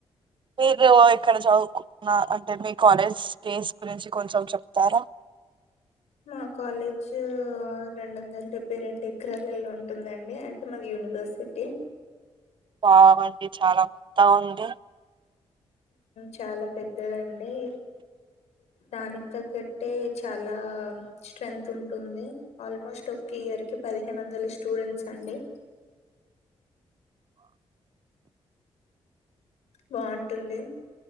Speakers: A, on the right; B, on the left.
A: మీరు ఎక్కడ చదువుకున్న అంటే మీ కాలేజ్ డేస్ గురించి కొంచెం చెప్తారా
B: మా కాలేజ్ రెండు వందల డెబ్బై రెండు ఎకరాలలో ఉంటుందండి అంటే మాది యూనివర్సిటీ
A: వావ్ అండి చాలా పెద్దగా ఉంది
B: చాలా పెద్దదండి దానికి తగ్గట్టే చాలా స్ట్రెంత్ ఉంటుంది ఆల్మోస్ట్ ఒక ఇయర్ కి పదిహేను వందల స్టూడెంట్స్ అండి బాగుంటుంది